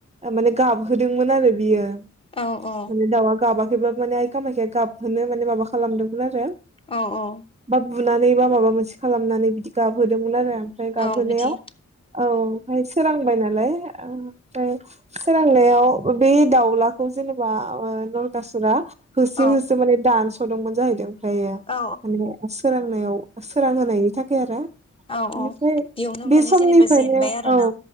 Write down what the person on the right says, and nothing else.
माने गाबहोदोंमोन आरो बियो माने
दाउआ गाबाखैब्लाबो माने आय खामायखाया गाबहोनो माने माबा खालामदोंमोन आरो।
बा बुनानै बा माबा मोनसे खालामनानै बिदि गाबहोदोंमोन आरो। ओमफ्राय गाबहोनायाव
औ <unintelligible> सोरांबाय नालाय ओमफ्राय सोरांनायाव बे दाउला खौ जेनेबा ओ नरकासुरा होसो
होसो माने दानस'दोंमोन जाहैदों। ओमफ्रायो
माने सोरांनायाव सोरां होनायनि थाखाय आरो बेनिफ्राय
बे
समनिफ्रायनो
औ